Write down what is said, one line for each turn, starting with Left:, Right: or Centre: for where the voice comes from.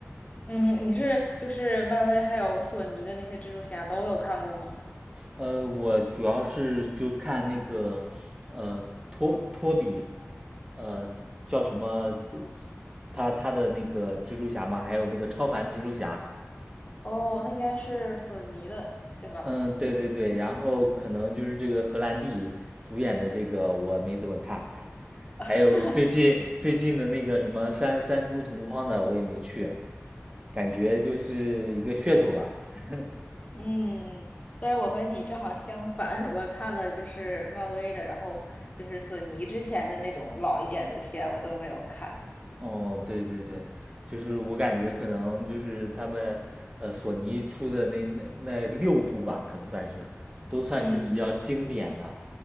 Left: 嗯，你是就是漫威还有索尼的那些蜘蛛侠都有看过吗？
Right: 呃，我主要是就看那个，呃，托托比，呃，叫什么？他他的那个蜘蛛侠嘛，还有那个超凡蜘蛛侠。
Left: 哦，那应该是索尼的，对吧？
Right: 嗯，对对对，然后可能就是这个荷兰弟主演的这个我没怎么看，
Left: <laughs>
Right: 还有最近最近的那个什么三三株同框的我也没去，感觉就是一个噱头吧。<laughs>
Left: 嗯，但是我和你正好相反，<laughs> 我看了就是漫威的，然后就是索尼之前的那种老一点的片，我都没有看。
Right: 哦，对对对，就是我感觉可能就是他们，呃，索尼出的那那那六部吧，可能算是，都算是比较经典的。
Left: 嗯，